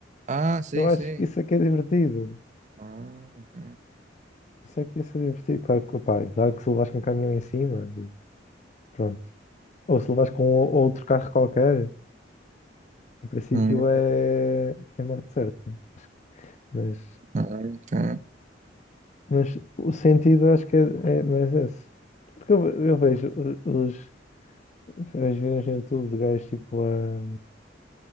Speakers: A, on the right; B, on the left.
A: ah, sim,
B: Eu acho
A: sim.
B: que isso é que é divertido.
A: Ah, ok.
B: Isso aqui ia ser divertido, claro que, pá, claro que se levas com um caminhão em cima, pronto. Ou se levas com o- outro carro qualquer, em princípio
A: Hum,
B: é, é morte certa. Mas,
A: ah, ok.
B: mas o sentido acho que é, é mais esse. Porque eu, ve- eu vejo os, os as vídeos no YouTube de gajos tipo a,